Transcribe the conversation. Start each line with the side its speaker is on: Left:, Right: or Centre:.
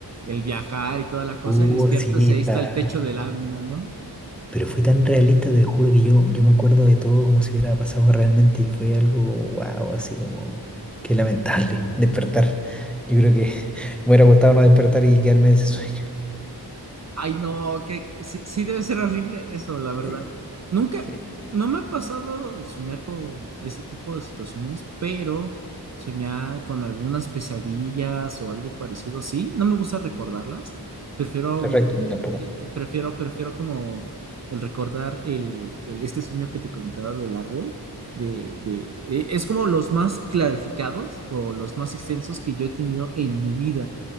Right: el viajar y toda la cosa,
Centre: Oh,
Right: y despiertas
Centre: sí,
Right: y
Centre: está.
Right: ahí está el techo de lámina, ¿no?
Centre: Pero fue tan realista, te juro que yo, yo me acuerdo de todo como si hubiera pasado realmente y fue algo, wow, así como, qué lamentable despertar. Yo creo que <laughs> me hubiera gustado no despertar y quedarme en ese sueño.
Right: Ay, no, que que sí, sí debe ser horrible eso, la verdad.
Centre: Sí,
Right: Nunca,
Centre: Sí,
Right: no me ha pasado soñar con ese tipo de situaciones, pero soñar con algunas pesadillas o algo parecido, sí, no me gusta recordarlas. Prefiero,
Centre: no, perfecto, a mí tampoco.
Right: eh, prefiero, prefiero como el recordar el, el- este sueño que te comentaba del árbol, de, de, eh, es como los más clarificados o los más extensos que yo he tenido en mi vida